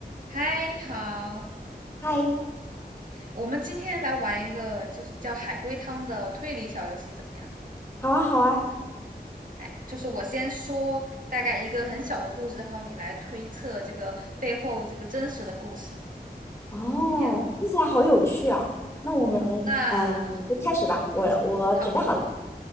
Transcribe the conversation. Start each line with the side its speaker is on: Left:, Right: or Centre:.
Right: 嗨，你好，
Left: 嗨，
Right: 我们今天来玩一个就是叫海龟汤的推理小游戏，怎么样？
Left: 好啊，好啊，
Right: 来，就是我先说大概一个很小的故事，然后你来推测这个背后这个真实的故事，
Left: 哦，
Right: 怎么样？
Left: 听起来好有趣啊。那我们呃，
Right: 好，那
Left: 就开始吧。我我准备好了。
Right: 我们好